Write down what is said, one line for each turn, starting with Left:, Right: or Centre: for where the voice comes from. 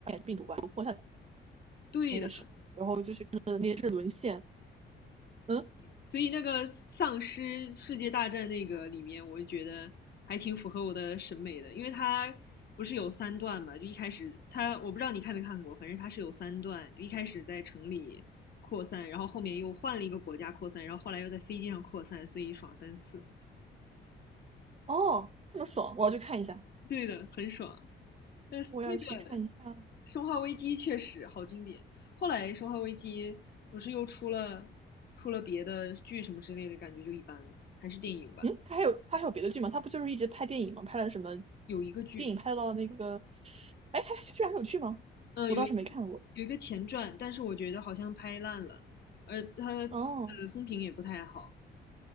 Right: 病毒吧，扩散
Left: 对的。
Right: 的时候，然后就是看那些是沦陷，嗯，
Left: 所以那个丧尸世界大战那个里面，我就觉得还挺符合我的审美的，因为它不是有三段嘛，就一开始它我不知道你看没看过，反正它是有三段，就一开始在城里扩散，然后后面又换了一个国家扩散，然后后来又在飞机上扩散，所以爽三次。
Right: 哦，这么爽，我要去看一下，
Left: 对的，很爽。但是那个
Right: 我要去看一下。
Left: 《生化危机》确实好经典。后来《生化危机》不是又出了出了别的剧什么之类的，感觉就一般了，还是电影吧。
Right: 嗯，他还有他还有别的剧吗？他不就是一直拍电影吗？拍了什么
Left: 有一个剧
Right: 电影？拍到那个，哎，他居然还有剧吗？
Left: 呃，
Right: 我倒是没看过。
Left: 有一个有一个前传，但是我觉得好像拍烂了，而它呃风评也不太好。
Right: 哦，